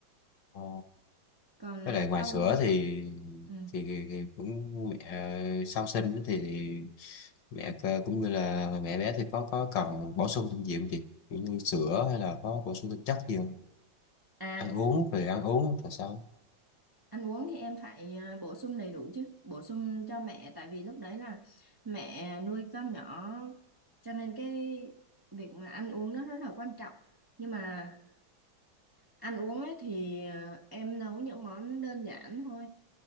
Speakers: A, on the left; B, on the right.
A: ờ
B: còn
A: với
B: à,
A: lại ngoài
B: thau
A: sữa thì
B: ừ.
A: thì, thì, thì cũng mẹ ờ, sau sinh thì, thì mẹ cơ- cũng như là mẹ bé thì có có cần bổ sung thêm gì không chị Kiểu như sữa hay là có bổ sung thêm chất gì không
B: à
A: ăn uống về ăn uống là sao
B: ăn uống thì em phải à, bổ sung đầy đủ chứ bổ sung cho mẹ tại vì lúc đấy là mẹ nuôi con nhỏ cho nên cái việc mà ăn uống nó rất là quan trọng nhưng mà Ăn uống ấy thì ờ, em nấu những món đơn giản thôi.